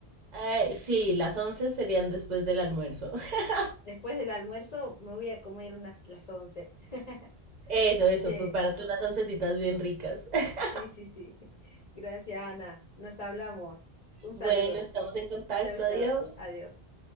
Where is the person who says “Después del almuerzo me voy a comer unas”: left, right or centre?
Left